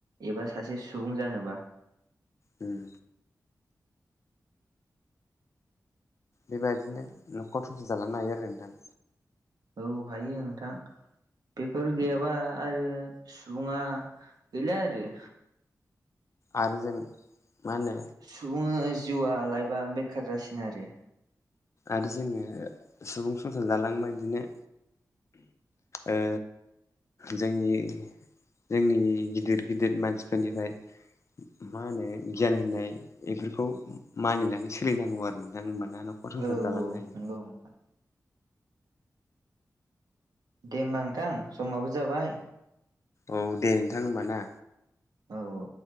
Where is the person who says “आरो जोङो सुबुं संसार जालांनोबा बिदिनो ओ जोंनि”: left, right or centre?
Left